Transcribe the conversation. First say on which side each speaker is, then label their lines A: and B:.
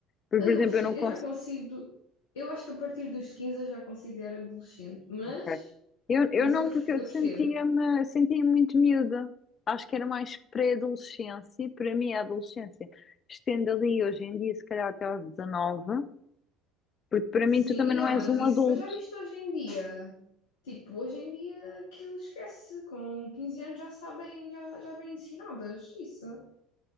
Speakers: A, on the left; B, on the left.
A: Por,
B: adolescente,
A: por exemplo, eu não consigo,
B: eu já consigo. Eu acho que a partir dos 15 eu já considero adolescente, mas,
A: ok. Eu, eu
B: mas
A: não,
B: eu, perfe-
A: porque eu
B: eu percebo.
A: sentia-me, sentia muito miúda. Acho que era mais pré-adolescência, e para mim a adolescência estende ali hoje em dia, se calhar até aos 19. porque para
B: Sim,
A: mim tu também
B: E
A: não
B: yeah,
A: és
B: mas
A: um
B: isso,
A: adulto.
B: mas já viste hoje em dia? Tipo, hoje em dia aquilo esquece, com 15 anos já sabem, já, já bem ensinadas, isso.